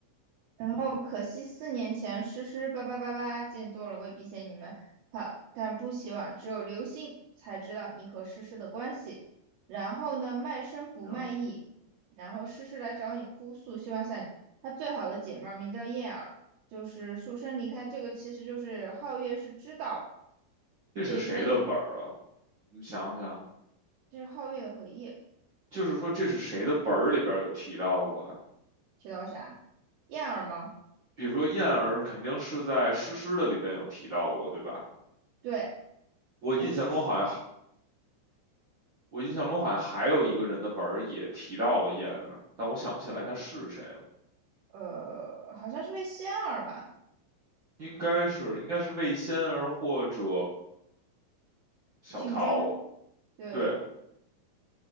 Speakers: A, on the right; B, on the right.
A: 哦，可惜四年前诗诗叭叭叭叭见多了，未必嫌你们好，但不希望只有刘星才知道你和诗诗的关系。然后呢，卖身不卖艺，
B: 啊，
A: 然后诗诗来找你哭诉，希望像你，她最好的姐妹儿名叫燕儿，就是束身离开。这个其实就是皓月是知道，
B: 这是谁的本儿啊？
A: 就成语，
B: 我们想想，
A: 这是皓月的回忆，
B: 就是说这是谁的本儿里边儿有提到过啊？
A: 提到啥？燕儿吗？
B: 比如说燕儿肯定是在诗诗的里边有提到过，对吧？
A: 对，
B: 我印象中好像还
A: 在诗诗，
B: 我印象中好像还有一个人的本儿也提到了燕儿啊，但我想不起来他是谁。
A: 呃，好像是为仙儿吧
B: 应该是应该是魏仙儿或者小桃，
A: 竞争，对。
B: 对